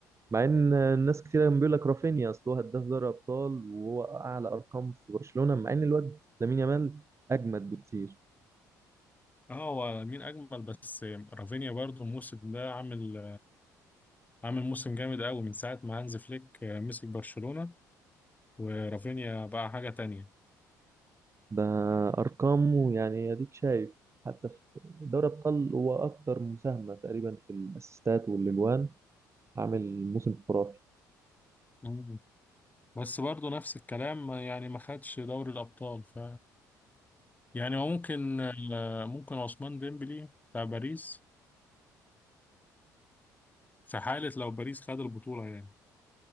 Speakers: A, on the right; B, on the left.
A: مع ان الناس كتير كان بيقول لك رافينيا اصل هو هداف دوري ابطال وهو اعلى ارقام في برشلونه مع ان الواد لامين يامال اجمد بكتير
B: اه هو مين اجمل بس رافينيا برضو الموسم ده عامل عامل موسم جامد قوي من ساعه ما هانز فليك مسك برشلونه ورافينيا بقى حاجه تانية
A: ده ارقامه يعني اديك شايف حتى في دوري ابطال هو اكتر مساهمه تقريبا في الاسيستات والاجوان عامل موسم خرافي
B: مم. بس برضو نفس الكلام يعني ما خدش دوري الابطال ف يعني هو ممكن ممكن عثمان ديمبلي بتاع باريس في حاله لو باريس خد البطوله يعني